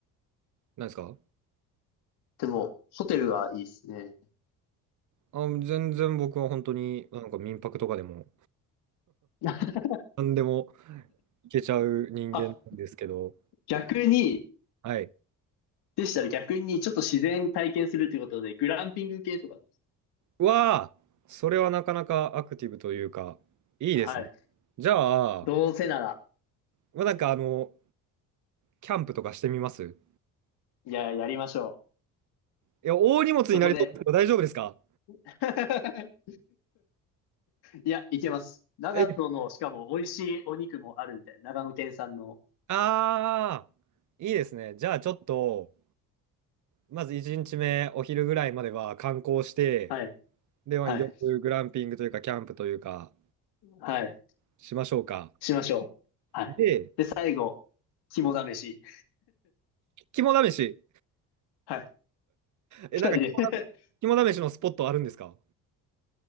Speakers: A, on the right; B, on the left.
A: 何ですか
B: でも、ホテルがいいですね。
A: あ、全然僕は本当になんか民泊とかでも、
B: <laughs>
A: 何でも行けちゃう人間なんですけど、
B: あ、逆に、
A: はい。
B: でしたら逆にちょっと自然体験するということで、グランピング系とかどうです
A: わあ、それはなかなかアクティブというか、いいですね。
B: かはい。
A: じゃあ、
B: どうせなら、
A: まあ、なんかあの、キャンプとかしてみますい
B: いや、やりましょ
A: や、大荷物になりそうですけど、
B: う。そこで。
A: 大丈夫ですか
B: <laughs> いや、いけます。長野の、
A: え、
B: しかも美味しいお肉もあるみたいな。長野県産の。
A: ああ、いいですね。じゃあ、ちょっと、まず1日目、お昼ぐらいまでは観光して、
B: はい。
A: で、まあ夜、
B: はい。
A: グランピングというか、キャンプというか、
B: はい。
A: しましょうか。
B: しましょう。はい。
A: で、
B: で、最後、肝試し。
A: 肝試し。
B: はい。
A: え、
B: 二人で
A: なんか肝肝試しのスポットあるんですか